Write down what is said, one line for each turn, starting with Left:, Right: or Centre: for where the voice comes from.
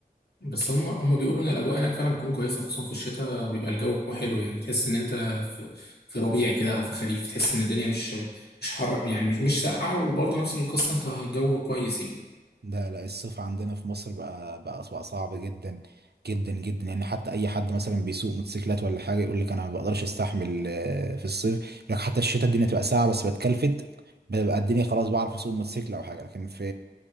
Left: بس هم هم بيقولوا ان الاجواء هناك فعلا بتكون كويسه خصوصا في الشتاء بيبقى الجو حلو يعني بتحس ان انت في, في ربيع كده او في خريف تحس ان الدنيا مش مش حر يعني مش مش ساقعه وبرضه نفس القصه انت الجو كويس يعني
Right: لا لا الصيف عندنا في مصر بقى بقى بقى صعب جدا جدا جدا يعني حتى اي حد مثلا بيسوق موتوسيكلات ولا حاجه يقول لك انا ما بقدرش استحمل آه، في الصيف يقول لك حتى الشتاء الدنيا تبقى ساقعه بس بتكلفت ببقى الدنيا خلاص بعرف اسوق موتوسيكل او حاجه لكن في